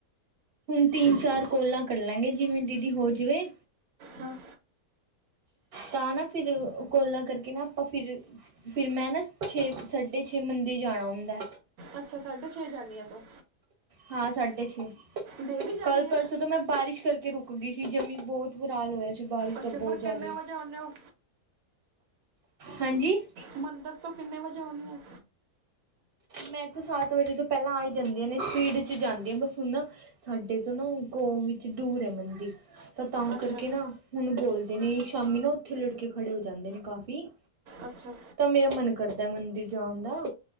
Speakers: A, on the right; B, on the right.
A: ਹੁਣ ਤਿੰਨ ਚਾਰ ਕੋਲਾਂ ਕਰ ਲਾਂਗੇ ਜਿਵੇਂ ਦੀਦੀ ਹੋ ਜਾਵੇ
B: ਹਾਂ
A: ਤਾਂ ਨਾ ਫਿਰ ਕੋਲਾ ਕਰਕੇ ਨਾ ਆਪਾਂ ਫਿਰ ਫਿਰ ਮੈਂ ਨਾ ਛੇ ਸਾਢੇ ਛੇ ਮੰਦ ਜਾਣਾ ਹੁੰਦਾ।
B: ਅੱਛਾ ਸਾਢੇ ਛੇ ਜਾਂਨੀ ਆਂ ਤੂੰ,
A: ਹਾਂ ਸਾਢੇ ਛੇ
B: ਡੇਲੀ ਜਾਂਦੀ
A: ਕੱਲ ਪਰਸੋਂ,
B: ਆ
A: ਜਦੋਂ ਮੈਂ ਬਾਰਿਸ਼ ਕਰਕੇ ਰੁਕ ਗਈ ਸੀ, ਜਮੀ ਬਹੁਤ ਬਰਾਲ ਹੋਇਆ ਸੀ ਬਾਰਿਸ਼
B: ਅੱਛਾ
A: ਦਾ ਬਹੁਤ
B: ਫਿਰ
A: ਜ਼ਿਆਦਾ
B: ਕਿੰਨੇ
A: ਹੀ।
B: ਵਜੇ ਆਉਂਦੇ ਹੋ
A: ਹਾਂਜੀ,
B: ਮੰਦਰ ਤੋਂ ਕਿੰਨੇ ਵਜੇ ਆਣੀ ਹੈ।
A: ਮੈਂ ਇੱਥੋਂ ਸੱਤ ਵਜੇ ਤੋਂ ਪਹਿਲਾਂ ਆ ਹੀ ਜਾਂਦੀਆਂ ਨੇ ਸਪੀਡ ਜਾਂਦੀ ਹਾਂ ਬਸ ਹਣ ਸਾਡੇ ਤੋਂ ਨਾ ਗੌ ਵਿੱਚ ਦੂਰ ਹੈ ਮੰਦੀ। ਤਾਂ ਤਾਂ
B: ਅੱਛਾ
A: ਕਰਕੇ ਨਾ ਹੁਣ ਬੋਲਦੇ ਨੇ ਸ਼ਾਮੀ ਨਾ ਉੱਥੇ ਲੜਕੇ ਖੜੇ ਹੋ ਜਾਂਦੇ ਨੇ ਕਾਫ਼ੀ,
B: ਅੱਛਾ,
A: ਤਾਂ ਮੇਰਾ ਮਨ ਕਰਦਾ ਮੰਦਿਰ ਜਾਣ ਦਾ,